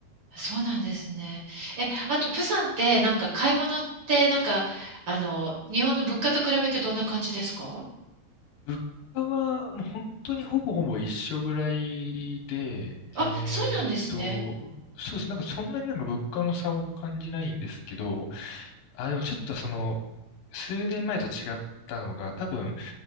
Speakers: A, on the right; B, on the left.
A: そうなんですね。え、あと、プサンって、なんか買い物って、なんか、あの、日本の物価と比べてどんな感じですか
B: 物価はもう本当にほぼほぼ一緒ぐらいで、
A: あ、
B: えーっと、
A: そうなんですね。
B: そうです。なんかそんなになんか物価の差を感じないんですけど、あ、でもちょっとその、数年前と違ったのが、多分、